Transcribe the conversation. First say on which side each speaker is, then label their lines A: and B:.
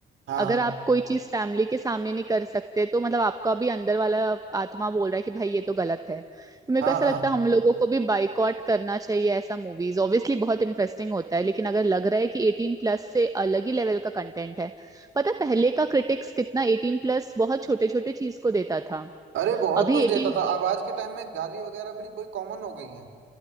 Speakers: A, on the right (about 75°); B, on the right (about 15°).
A: हाँ
B: अगर आप कोई चीज फैमिली के सामने नहीं कर सकते तो मतलब आपका भी अंदर वाला आत्मा बोल रहा है कि भाई ये तो गलत है तो मेरे
A: हाँ
B: को ऐसा
A: हाँ हाँ
B: लगता है हम लोगों को भी बाइकॉट करना चाहिए ऐसा मूवीज ऑब्वियसली बहुत इंटरेस्टिंग होता है लेकिन अगर लग रहा है कि एटीन प्लस से अलग ही लेवल का कंटेंट है पता है पहले का क्रिटिक्स कितना एटीन प्लस बहुत छोटे छोटे चीज को देता था
A: अरे बहुत
B: अभी
A: कुछ
B: एटीन
A: लेता था अब आज के टाइम में गाली वगैरह बड़ी बड़ी कॉमन हो गई हैं